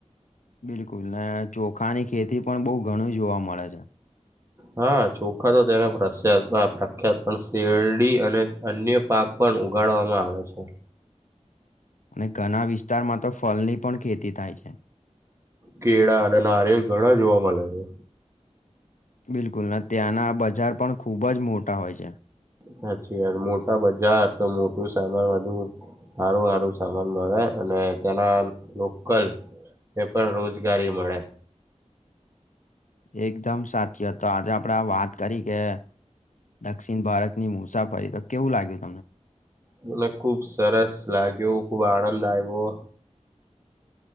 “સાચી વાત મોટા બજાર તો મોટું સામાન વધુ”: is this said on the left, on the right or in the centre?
Right